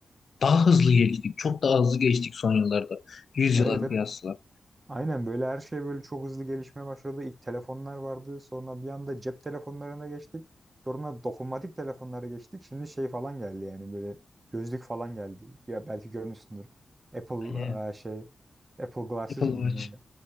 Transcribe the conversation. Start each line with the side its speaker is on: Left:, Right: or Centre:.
Left: daha hızlı geliştik. Çok daha hızlı geçtik son yıllarda. 100
Right: Evet
Left: yıla kıyasla.
Right: Aynen böyle her şey böyle çok hızlı gelişmeye başladı. İlk telefonlar vardı. Sonra bir anda cep telefonlarına geçtik. Sonra dokunmatik telefonlara geçtik. Şimdi şey falan geldi yani böyle gözlük falan geldi. Ya belki görmüşsündür. Apple
Left: Yani
Right: eee, şey Apple Glasses
Left: Apple
Right: mi
Left: Watch.
Right: neydi?